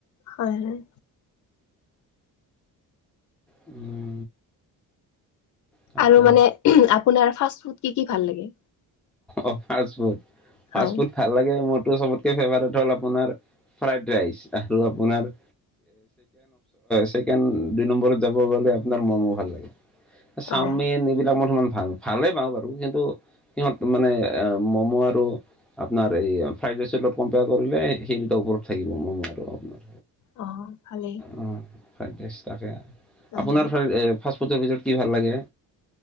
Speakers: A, on the left (about 50°); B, in the centre.
A: হয়, হয়।
B: উম তাকে
A: আৰু মানে আপোনাৰ ফাষ্ট ফুড কি-কি ভাল লাগে?
B: অ ফাষ্ট ফুড ফাষ্ট
A: হয়
B: ফুড- ভাল লাগে মোৰতো চবতকে ফেভাৰেট হ'ল আপোনাৰ ফ্ৰাইড ৰাইচ আৰু আপোনাৰ- ছেকেণ্ড দুই নম্বৰত যাব গলে, আপোনাৰ মম ভাল লাগে। চাওমিন
A: অ
B: এইবিলাক মই ইমান ভাল ভালেই পাওঁ বাৰু কিন্তু- সিহঁত মানে এ ম'ম আৰু- আপোনাৰ এই ফ্ৰাইড ৰাইচৰ অলপ কম্পেয়াৰ কৰিলে সেই দুটা ওপৰত থাকিব ম'ম' আৰু আপোনাৰ।
A: অ ভালেই
B: অ ফাইড ৰাইচ তাকে,
A: হয়
B: আপোনাৰ-
A: হয়
B: ফাষ্টফুডৰ ভিতৰত কি ভাল লাগে?